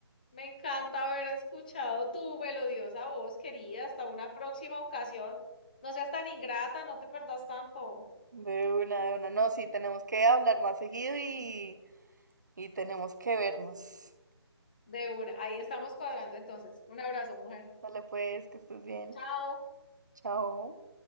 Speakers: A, on the left (about 20°); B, on the right (about 45°).
A: Me encanta haber escuchado tu melodiosa voz, querida. Hasta una próxima ocasión. No seas tan ingrata, no te perdas tanto
B: de una, de una. No, sí, tenemos que hablar más seguido y, y tenemos que vernos.
A: de una. Ahí estamos cuadrando entonces. Un abrazo, mujer.
B: Dale pues, que estés bien.
A: Chao.
B: Chao.